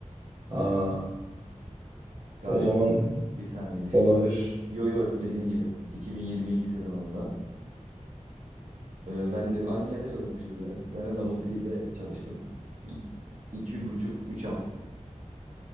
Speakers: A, on the right; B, on the right.
A: Aa,
B: galiba.
A: o zaman
B: Bir saniye düşüneyim.
A: olabilir.
B: Yo yo dediğin gibi. 2022 sezonunda. Ee, ben de aynı yerde çalışmışız be. Ben de Double Tree'de çalıştım. İ- İki buçuk, üç hafta.